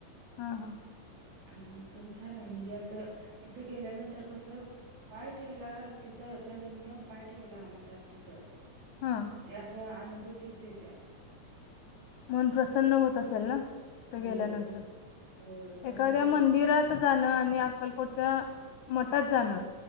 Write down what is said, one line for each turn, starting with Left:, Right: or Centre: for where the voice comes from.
Left: हा हा,
Right: हा पण छान आहे म्हणजे असं तिथं गेल्यानंतर कस. पाय ठेवला तिथं त्या जमिनीवर पाय ठेवला मठात तिथ. त
Left: हा
Right: त्या अस अनुभूतीच येत्या.
Left: मन प्रसन्न होत असेल ना तिथं
Right: होय
Left: गेल्यानंतर
Right: होय कारण
Left: एखाद्या
Right: ते
Left: मंदिरात. त जाणं आणि अक्कलकोटच्या मठात जाणं.